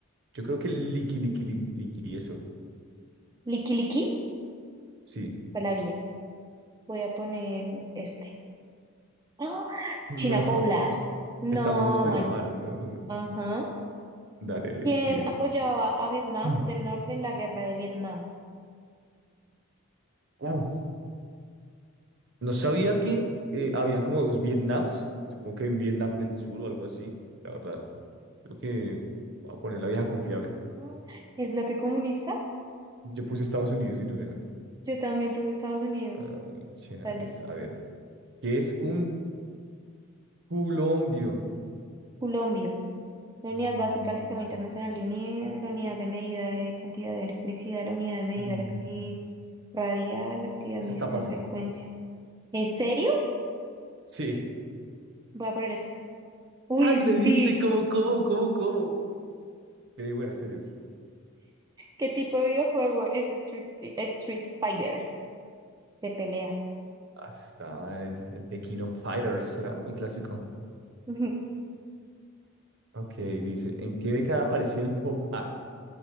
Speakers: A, on the right (about 55°); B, on the right (about 15°).
A: yo creo que liqui, liqui, liqui, liqui, eso.
B: Liqui Liqui,
A: Sí.
B: Palavia. Voy a poner este. ¡Ah!
A: No,
B: China
A: <laughs>
B: poblada. No,
A: estamos espero
B: man.
A: mal, ¿no? No, no.
B: Ajá.
A: Dale, le
B: ¿Quién
A: sigues.
B: apoyaba a Vietnam
A: <clears throat> Mm.
B: del Norte en la guerra de Vietnam?
A: Uf. No sabía que eh, habían como dos Vietnams. Supongo que hay un Vietnam del Sur o algo así. La verdad. Creo que voy a poner la vieja confiable.
B: Ah, ¿El bloque comunista?
A: Yo puse Estados Unidos y no era.
B: Yo también puse Estados Unidos.
A: Ay, chenales.
B: Dale.
A: A ver. ¿Qué es un culombio?
B: Culombio. La
A: Mm,
B: unidad básica del Sistema Internacional de Unidas, la unidad de medida de cantidad de electricidad, la unidad de medida
A: mm,
B: de la actividad radial, la actividad
A: esa
B: de medicina
A: está fácil.
B: de frecuencia. ¿En serio?
A: Sí.
B: Voy a poner esto. Uy,
A: ¡Ay,
B: sí.
A: le diste! ¿Cómo, cómo, cómo, cómo? Qué buenas eres.
B: ¿Qué tipo de videojuego es Street, Fi- Street Fighter de peleas?
A: Ah, ese está el, el Tequino Fighters. Era muy clásico.
B: <laughs>
A: Ok, dice. ¿En qué década apareció el pop art?